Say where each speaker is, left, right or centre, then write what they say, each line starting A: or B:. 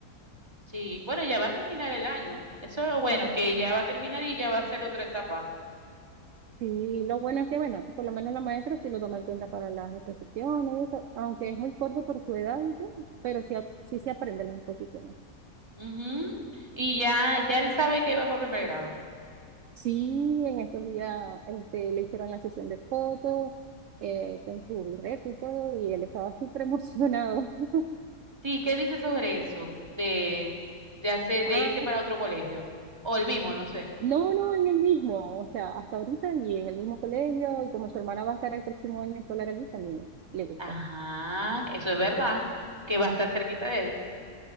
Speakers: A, on the right; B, on the right.
A: Sí, bueno, ya va a terminar el año. Eso es lo bueno, que ya va a terminar y ya va a ser otra etapa.
B: Y lo bueno es que, bueno, por lo menos la maestra sí lo toma en cuenta para las exposiciones, y eso, aunque es muy corto por su edad, y todo, pero sí, ap- sí se aprende las exposiciones.
A: Ujú. Y ya, ya él sabe que va para primer grado.
B: Sí, en estos días este, le hicieron la sesión de fotos eh, con su birrete y todo, y él estaba súper emocionado. <laughs>
A: Sí, ¿qué dice sobre eso? De, de hacer,
B: Ah,
A: de irse para otro colegio. O el mismo, no sé.
B: no, no, en el mismo, o sea, hasta ahorita y en el mismo colegio, y como su hermana va a estar el próximo año escolar allí, también le gusta.
A: Ajá, eso es verdad, que va a estar cerquita de él.